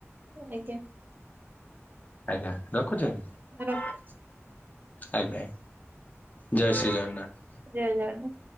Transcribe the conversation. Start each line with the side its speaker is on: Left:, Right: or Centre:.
Right: ଆଜ୍ଞା।।
Left: ଆଜ୍ଞା। ରଖୁଛି ଆଜ୍ଞା।
Right: ରଖ
Left: ଆଜ୍ଞା। ଜୟ ଶ୍ରୀରାମ୍ ନାଥ୍।
Right: ଜୟ ଜଗନ୍ନାଥ୍